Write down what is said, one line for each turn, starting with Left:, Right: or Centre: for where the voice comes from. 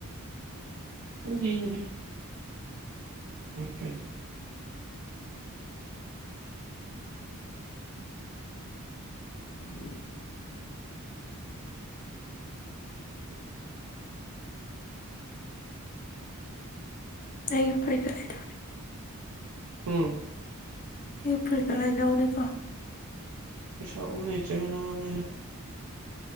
Right: ꯀꯗꯤꯅꯦ ꯀ
Left: <unintelligible> ꯑꯩ ꯐꯨꯔꯤꯀ ꯂꯩꯇꯦ
Right: ꯎꯝ
Left: ꯌꯦ ꯐꯔꯤꯇ ꯂꯩꯗꯥꯎꯅꯦꯀꯣ
Right: ꯄꯩꯁꯥꯕꯨ ꯅꯇꯦꯅ ꯃ